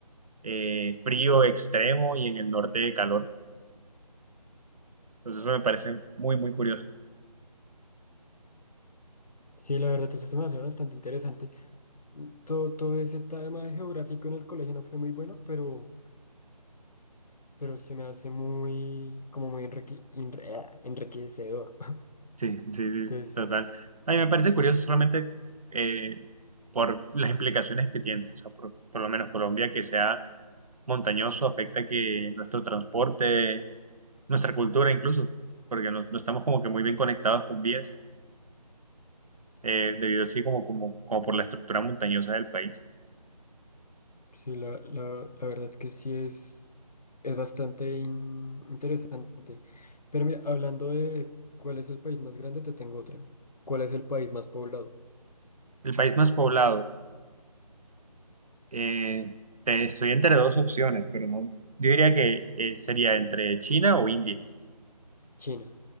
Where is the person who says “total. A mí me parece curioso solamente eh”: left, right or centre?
Right